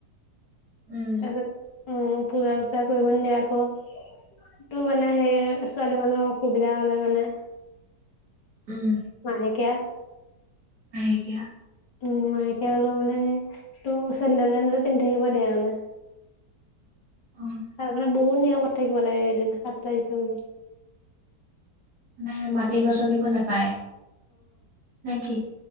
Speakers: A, on the right; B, on the left.
A: উম,
B: তাৰপিছত উম পূজা চূজা কৰিব নিদিয়ে আকৌ। টো মানে সেই ছোৱালী মানুহৰ অসুবিধা হ'লে মানে
A: উম,
B: মাহেকীয়া
A: মাহেকীয়া
B: উ মাহেকীয়া হ'লে মানে সেই তোৰ চেণ্ডেল তেণ্ডেল পিন্ধি থাকিব দিয়ে মানে।
A: অ'।
B: মানে বহুত নিয়মত থাকিব লাগে কেইদিন সাথ লাগিছে বুলি।
A: মানে মাটি গছকিব নাপায়, নে কি?